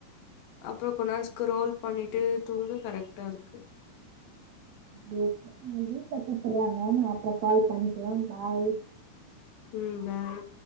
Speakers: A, on the left; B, on the right.
A: அப்புறம் கொண் நேரம் ஸ்கரோல் பண்ணிட்டு தூங்க கரெக்டா இருக்கு
B: போ வீட்டுல கூப்படறாங்க நா அப்புறம் கால் பண்றன் பாய்
A: உம் பாய்